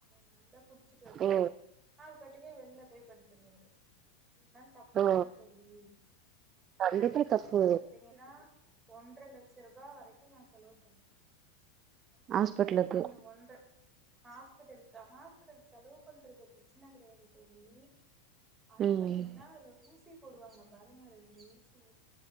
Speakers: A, on the right; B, on the right.
A: நல்லா குடிச்சிட்டு வந்து
B: ஓ
A: ஆறு பட்டுக்க வெளில போய் படுத்தருவாரு இதுதா தப்புதான
B: ஓ
A: தோழி
B: கண்டிப்பா
A: நா கிட்டத்தட்ட
B: தப்பு
A: பாத்தீங்கன்னா ஒன் றர லட்ச ரூபா வரைக்கு நா செலவு பண்ணே அ
B: ஹாஸ்பிட்டலுக்கு
A: அந்த ஒன்று ஹாஸ்பிடலு ஹாஸ்பிடல் செலவு பண்றது பிரச்சனை கெடையாது தோழி ஆனா
B: ம்
A: பாத்தீங்கன்னா அதுல ஊசி போடுவாங்க பாருங்க ரெண்டு ஊசி